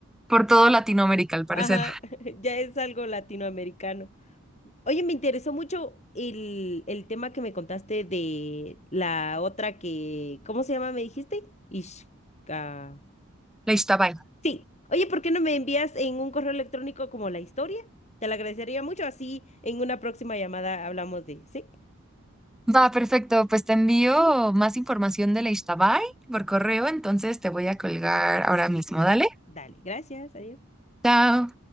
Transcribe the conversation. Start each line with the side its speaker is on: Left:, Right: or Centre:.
Centre: por todo Latinoamérica, al parecer.
Left: Ajá. <laughs> Ya es algo latinoamericano. Oye, me interesó mucho el, el tema que me contaste de la otra que, ¿cómo se llama? ¿Me dijiste? Ishkahal.
Centre: La Ixtabay.
Left: Sí. Oye, ¿por qué no me envías en un correo electrónico como la historia? Te la agradecería mucho. Así en una próxima llamada hablamos de, sí.
Centre: Va, perfecto. Pues te envío más información de la Ixtabay por correo, entonces te voy a colgar ahora mismo. Dale.
Left: Dale, gracias, adiós.
Centre: Chao.